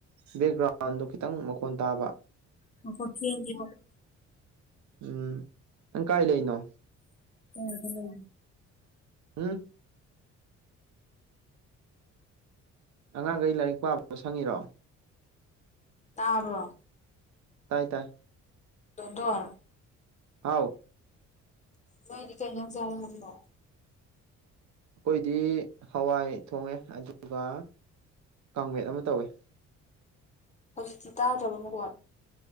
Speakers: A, on the right (about 70°); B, on the left (about 25°).
A: ꯕꯦꯛꯒ꯭ꯔꯥꯎꯟꯗꯨ ꯈꯤꯇꯪ ꯃꯈꯣꯟ ꯇꯥꯕ
B: ꯃꯈꯣꯟꯅꯦ
A: ꯎꯝ ꯅꯪ ꯀꯥꯏ ꯂꯩꯅꯣ
B: ꯑꯗꯨ ꯂꯩ
A: ꯎꯝ ꯑꯉꯥꯡꯈꯩ ꯂꯥꯏꯔꯤꯛ ꯄꯥꯕ ꯁꯪꯉꯤꯔꯣ
B: ꯇꯥꯕꯔꯣ
A: ꯇꯥꯏ ꯇꯥꯏ
B: ꯗꯣꯟꯗꯣꯟ
A: ꯍꯥꯎ
B: ꯅꯣꯏꯗꯤ ꯀꯩ ꯏꯟꯁꯥꯡ ꯆꯥ ꯍꯥꯏꯕꯅꯣ
A: ꯑꯩꯈꯣꯏꯗꯤ ꯍꯋꯥꯏ ꯊꯣꯡꯉꯦ ꯑꯗꯨꯒ ꯀꯥꯡꯃꯦꯠ ꯑꯃ ꯇꯧꯋꯦ
B: ꯍꯧꯖꯤꯛꯇꯤ ꯇꯥꯗ꯭ꯔꯕ ꯃꯈꯣꯟ